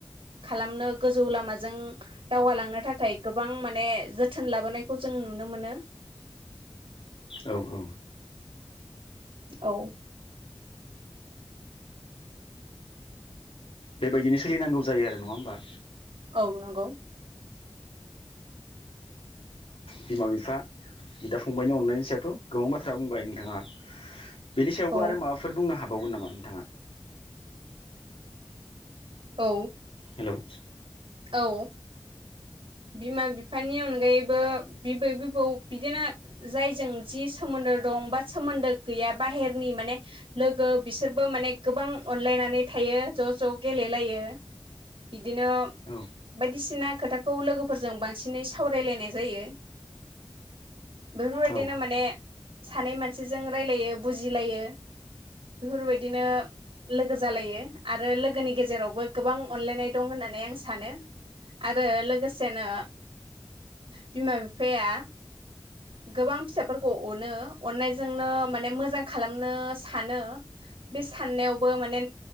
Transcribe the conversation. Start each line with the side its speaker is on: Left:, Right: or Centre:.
Right: खालामनो गोजौ लामाजों दावगालांनो थाखाय गोबां माने जोथोन लाबोनायखौ जों नुनो मोनो।
Left: औ औ
Right: औ
Left: बेबायदिनो सोलिनांगौ जायो आरो नङा होमबा?
Right: औ नंगौ।
Left: बिमा-बिफा बिदा-फंबायनि अननायनि सायावथ' गोबां बाथ्रा बुंबाय नोंथाङा। बेनि सायावबो
Right: औ
Left: आरो माबाफोर बुंनो हा बावगोन नामा नोंथाङा?
Right: औ
Left: हेलौ
Right: औ बिमा-बिफानि अनगायैबो बिबै-बिबौ बिदिनो जायजों जि सोमोन्दो दं बा सोमोन्दो गैया बाहेरनि माने लोगो बिसोरबो माने गोबां अनलायनानै थायो ज' ज' गेलेलायो बिदिनो
Left: औ
Right: बायदिसिना खोथा खौ लोगोफोरजों बांसिनै सावराय लायनाय जायो ।बेफोरबायदिनो
Left: औ
Right: माने सानै मानसिजों रायलायो बुजिलायो बेफोरबायदिनो लोगो जालायो आरो लोगोनि गेजेरावबो गोबां अनलायनाय दं होननानै आं सानो ।आरो लो गोसेनो बिमा-बिफाया गोबां फिसाफोरखौ अनो अननायजोंनो माने मोजां खालामनो सानो बे साननायावबो माने